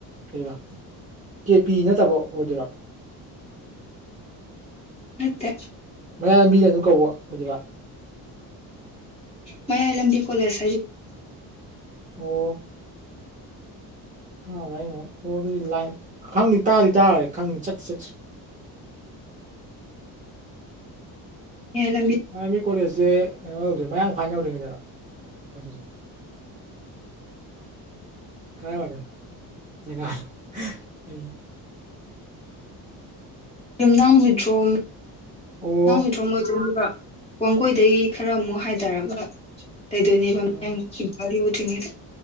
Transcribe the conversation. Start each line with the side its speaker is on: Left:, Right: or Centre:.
Right: ꯀꯕ ꯀꯦ ꯄꯤ ꯅꯠꯇꯕ ꯑꯣꯏꯗꯣꯏꯔꯣ
Left: ꯃꯠꯇꯦ
Right: ꯃꯌꯥꯝꯕꯤꯅ ꯑꯗꯨꯝ ꯀꯧꯕ ꯍꯧꯖꯤꯕꯥ
Left: ꯃꯌꯥꯏ ꯂꯝꯕꯤ ꯀꯣꯂꯦꯁ ꯍꯥꯏ
Right: ꯑꯣ ꯇꯥꯈ꯭ꯔꯦ ꯑꯩꯅ ꯑꯣ ꯑꯗꯨꯗꯤ ꯂꯥꯏ ꯈꯪꯗꯤ ꯇꯥꯗꯤ ꯇꯥꯔꯦ ꯈꯪ ꯆꯠꯇꯁꯤ ꯆꯠꯠꯇꯁꯤ
Left: ꯍ ꯂꯝꯕꯤ
Right: ꯑ ꯃꯤ ꯀꯣꯂꯦꯖꯁꯦ ꯀꯩꯅꯣ ꯍꯧꯁꯦ ꯃꯌꯥꯡ ꯐꯥꯏꯟ ꯍꯧꯧꯗꯔꯤꯉꯩꯗꯔ ꯑꯗꯨꯁꯦ ꯈꯔ꯫ꯒꯝ ꯆꯒꯥ ꯑꯩ
Left: ꯌꯨꯝꯅꯥꯝ ꯍꯨꯏꯗ꯭ꯔꯣꯝ ꯌꯨꯝꯅꯥꯝ
Right: ꯑꯣ
Left: ꯍꯨꯏꯗ꯭ꯔꯣꯝ ꯑꯣꯏꯖꯕ꯭ꯔ ꯋꯥꯡꯒꯣꯏꯗꯩ ꯈꯔ ꯑꯃꯨꯛ ꯍꯥꯏꯊꯔꯒ ꯂꯩꯗꯣꯏꯅꯦꯕ
Right: ꯎꯝ
Left: ꯃꯡ ꯏꯝꯐꯥꯜ ꯌꯧꯗ꯭ꯔꯤꯉꯩꯗ